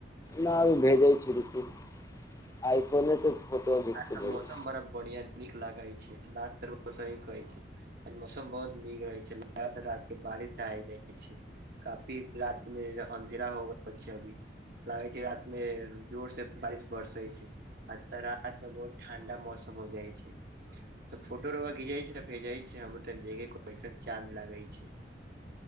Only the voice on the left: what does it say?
माल भेजै छैय रूकू आइफोने से फोटो घीच
के
भेजै